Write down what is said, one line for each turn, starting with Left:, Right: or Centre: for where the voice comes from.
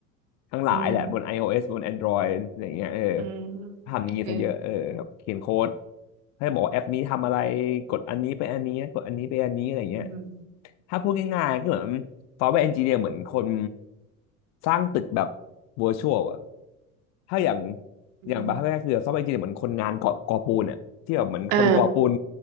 Left: ทั้งหลายแหละบน
Right: อืม
Left: iOS บน Android อะไรเงี้ยเออ
Right: อืม
Left: ทำอย่างนี้ซะเยอะเออแบบเขียนโค้ด
Right: โอเค
Left: ให้บอกว่าแอปนี้ทำอะไรกดอันนี้ไปอันนี้กดอันนี้ไปอันนี้อะไรเงี้ย
Right: อืม
Left: ถ้าพูดง่ายๆก็เหมือนซอฟต์แวร์เอนจิเนียร์เหมือนคนสร้างตึกแบบว i ชวลอะถ้าอย่าง
Right: อืม
Left: อย่างบาร์แรกคือซอฟต์แวร์เอนจิเนียร์เหมือนคนงานก่อก่อปูนเนี่ยที่แบบเหมือนคนก่อปูน
Right: เออ